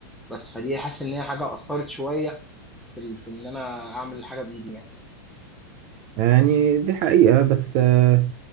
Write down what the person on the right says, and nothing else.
يعني دي حقيقة بس آه،